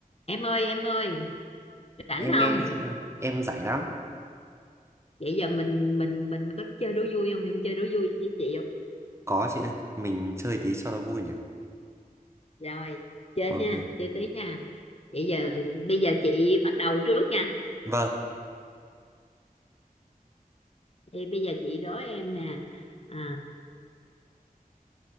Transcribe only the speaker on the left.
em ơi em ơi rảnh
không
vậy giờ mình mình mình có chơi đố vui không em chơi đố vui với chị không
rồi chơi
ha chơi tí nha vậy giờ bây giờ chị bắt đầu trước nha
thì bây giờ chị đố em nè à,